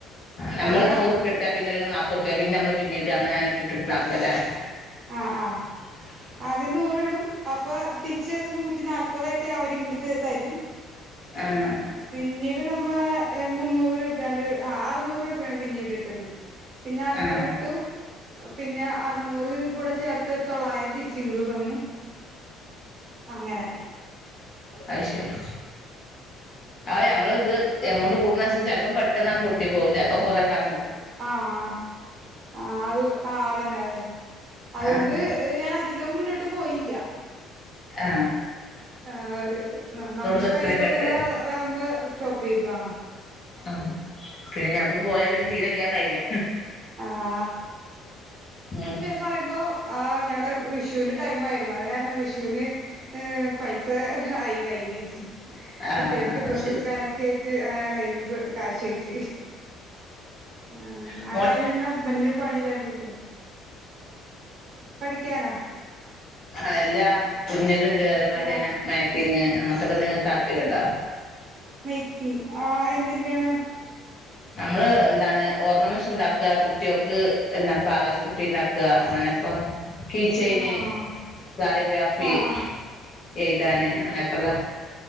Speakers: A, on the left; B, on the right.
A: നമ്മള്
B: അതാ
A: നൂറുപ്പിട്ടാ പിന്നൊരു നാപ്പുർപ്യ. പിന്നമ്മള് പിന്നീടാങ്ങനെ അങ്ങനെ ഇട്ട് ഇട്ടിട്ടാക്കല്ലേ?
B: ആ ആഹ്. ആദ്യം നൂറിടും അപ്പൊ തിരിച്ചത് നൂറ്റി നാല്പതായിട്ട് അവരിങ്ങട് ത് തരും.
A: ഏഹ്
B: പിന്നീട് നമ്മേ മുന്നൂറ് രൂപയാണ്ട് ആ അറ്ന്നൂറ് രൂപയാണ് പിന്നീട് ഇട്ടത്. പിന്ന അറുന്നൂറിട്ടു.
A: ആഹ്
B: പിന്നെ അറുന്നൂറിന് കൂടെ ചേർത്ത് ഒരു തൊള്ളായിരത്തി ചിങ്ങട് തന്നു. അങ്ങനെ
A: അത് ശെരി ആഹ് ഞമ്മൾ ഇത് എമൗണ്ട് കൂടുന്നൻസര്ച്ച് ചെലപ്പം പെട്ടെന്ന് ആണ്ട് പൊട്ടി പോകും. ചെൽപ്പോം കൊറേ കാലം നി
B: ആഹ് ആഹ് ആ അത് ആ അതന്നെ അതെന്നെ അതുകൊണ്ട്
A: ആഹ്
B: ഞാൻ അധികം മുന്നോട്ട് പോയില്ല.
A: ഏഹ്.
B: ആഹ് ഒരു നമുക്ക്
A: തൃപ്തിപ്പെട്ട്
B: കയ്ല് ഒത്ങ്ങ്ണ ഇതാവുമ്പോ സ്റ്റോപ്പ് ചെയ്തൊ.
A: ആ പിന്നെ അതും പോയാ പിന്നെ തീരെല്ലാതായിലെ.
B: ആഹ്
A: ഉം
B: പറിമ്പോ ആ ഞങ്ങടെ വിഷൂന്റെ ടൈം ആയിരുന്നു. അത് കാരണം വിഷൂന് ഏ പൈസ ആയി കയ്ല്.
A: ആഹ്
B: കുട്ട്യേൾക്ക്
A: അത്
B: ഡ്രസ്സ്
A: ശരി
B: എടുക്കാനൊക്കെ ആയിറ്റ് ആ കയ്യില് കാശ് കിട്ടി. ആഹ്
A: ഉം
B: ആ ടൈമില് പിന്നെ ഹസ്ബന്റ് ന് പണി ഇല്ലാണ്ടിരിക്കെ പഠിക്കാനൊ.
A: ആ എല്ലാ തുന്നല്ണ്ട് അതേമാരി
B: ആഹ്
A: അങ്ങനെ മാക്കിങ് അങ്ങൻത്തൊക്കെ നിങ്ങക്ക് താല്പര്യം ഇണ്ടോ.
B: മെയ്ക്ക് ആ എന്തിന്റെ ആണ്.
A: നമ്മള് എന്താണ് ഓർണമെന്റ്സ് ബണ്ടാക്ക. കുട്ടികൾക്ക് എന്താണ് പാവാച്ച കുട്ടി ഇണ്ടാക് അങ്ങനെപ്പൊ കീച്ചൈന്
B: ആഹ് ആഹ്
A: കാരോഗ്രാഫി
B: ആഹ് ആഹ്
A: ചെയ്താന് അനക്കെള്ള